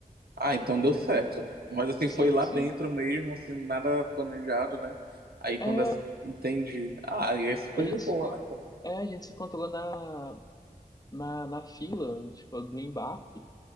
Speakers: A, on the right; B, on the left.
A: Ah, então deu certo. Mas assim,
B: Sim,
A: foi lá
B: sim.
A: dentro mesmo, assim, nada planejado, né? Aí
B: É,
A: quando as- entendi. Ah, e é super
B: A gente
A: de boa,
B: se, con-
A: né, cara?
B: é, a gente se encontrou na, na, na fila, tipo, do embarque.